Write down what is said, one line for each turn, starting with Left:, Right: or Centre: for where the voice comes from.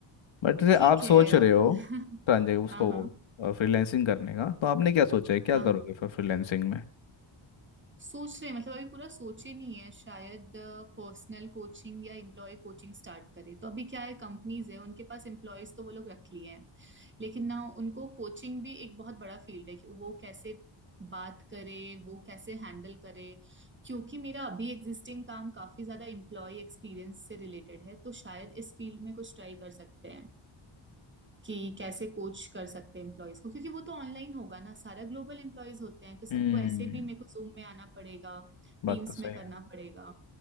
Left: बट
Right: पर ठीक
Left: आप सोच
Right: है
Left: रहे
Right: अब
Left: हो
Right: <laughs>
Left: ट्रांजे उसको
Right: हाँ हाँ
Left: फ्रीलैंसिंग करने का तो आपने क्या सोचा है क्या
Right: हाँ
Left: करोगे
Right: हाँ
Left: फिर फ्रीलैंसिंग में
Right: सोच रहे हैं, मतलब अभी पूरा सोचे नहीं है शायद पर्सनल कोचिंग या एम्प्लॉय कोचिंग स्टार्ट करे तो अभी क्या है कंपनीज है उनके पास एम्प्लॉयज तो वो लोग रख लिए हैं लेकिन ना उनको कोचिंग भी एक बहुत बड़ा फील्ड है कि वो कैसे बात करे वो कैसे हैंडल करे क्योंकि मेरा अभी एग्जिस्टिंग काम काफी ज्यादा एम्प्लॉय एक्सपीरियंस से रिलेटेड है तो शायद इस फील्ड में कुछ ट्राई कर सकते हैं कि कैसे कोच कर सकते हैं एम्प्लॉयज को क्योंकि वो तो ऑनलाइन होगा ना सारा ग्लोबल एम्प्लॉयज होते हैं तो सबको
Left: हम्म
Right: ऐसे भी मेरे को जूम में आना पड़ेगा
Left: बात
Right: टीम्स
Left: तो सही
Right: में करना
Left: है
Right: पड़ेगा